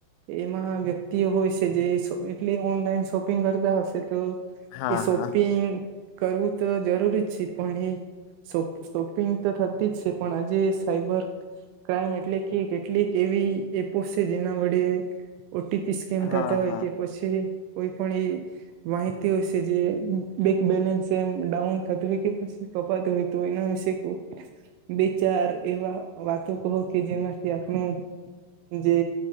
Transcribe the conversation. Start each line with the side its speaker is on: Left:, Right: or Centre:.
Right: એમાં વ્યક્તિઓ હોય છે જે એટલે ઓનલાઈન શોપિંગ કરતા હશે તો
Left: હા
Right: એ શોપિંગ
Left: હા
Right: કરવું તો જરૂરી જ છે પણ એ શો શોપિંગ તો થતી જ છે. પણ આજે સાયબર ક્રાઈમ એટલે કે કેટલીક એવી એપો છે જેના વડે ઓટીપી સ્કેન
Left: હા
Right: થતા હોય
Left: હા
Right: કે પછી કોઈ પણ એ માહિતીઓ છે જે બેક બેલેન્સ એમ ડાઉન થતી હોય કે પછી કપાતી હોય તો એના વિશે કો બે ચાર એવા તત્વો કહો કે જેમાંથી આપનું જે